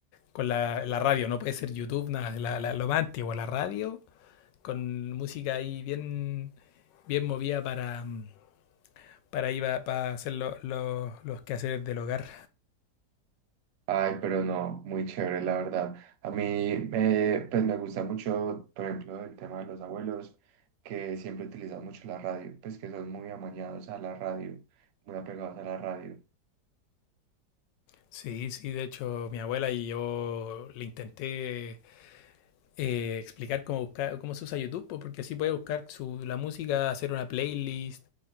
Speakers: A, on the left; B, on the right.
A: con la, la radio. No puede ser YouTube, nada. La, la- lo más antiguo, la radio, con música ahí bien, bien movida para, mm, para, ir a- para hacer lo- lo- los quehaceres del hogar.
B: Ay, pero no, muy chévere, la verdad. A mí, eh, pues me gusta mucho, por ejemplo, el tema de los abuelos, que siempre utilizan mucho la radio, pues que son muy amañados a la radio, muy apegados a la radio.
A: Sí, sí, de hecho, mi abuela y yo le intenté eh, explicar cómo buscar, cómo se usa YouTube, po, porque así puede buscar su, la música, hacer una playlist.